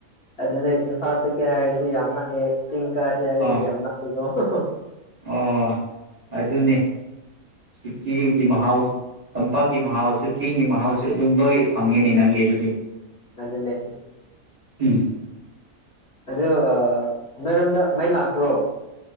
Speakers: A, on the left; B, on the right.
A: ꯑꯗꯨꯅꯦ ꯏꯝꯐꯥꯜ ꯆꯠꯀꯦ ꯍꯥꯏꯔꯤꯁꯤ ꯌꯥꯝ ꯅꯛꯑꯦ ꯆꯤꯡ ꯀꯥꯥꯁ ꯍꯥꯏꯔꯤꯁꯤ
B: ꯑꯥ
A: ꯌꯥꯝ ꯅꯛꯑꯦꯀꯣ ꯑꯣ
B: ꯑꯣ ꯑꯗꯨꯅꯤ ꯁꯤꯀꯤꯗꯤ ꯃꯍ ꯇꯝꯄꯥꯛꯀꯤ ꯃꯍꯥꯎꯁꯨ ꯆꯤꯡꯒꯤ ꯃꯍꯥꯎꯁꯨ ꯑꯗꯨꯝ ꯂꯣꯏ ꯐꯪꯉꯤꯅꯦ ꯅꯪꯗꯤ ꯑꯗꯨꯗꯤ
A: ꯑꯗꯨꯅꯦ
B: ꯎꯝ
A: ꯑꯗ ꯑ ꯅꯣꯏꯔꯣꯝꯗ ꯃꯩ ꯂꯥꯛꯄ꯭ꯔꯣ